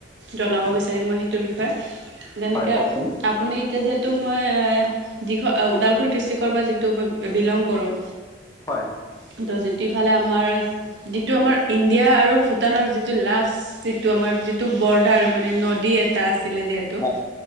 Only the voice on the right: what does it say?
জনাব বিচাৰিম মই সেইটো বিষয় যেনেকে
আপুনি এতিয়া যিহেতু মই দিঘ আ, ওদালগুৰি ডিষ্ট্ৰিক্ট পৰা যিটো মই বিলং কৰোঁ
সিহঁতৰ যিটফালে আমাৰ যিটো আমাৰ ইণ্ডিয়া আৰু ভূটানৰ যিটো লাষ্ট <inaudible> যিটো আমাৰ যিটো বৰ্ডাৰ মানে নদী এটা আছিলে যিহেতু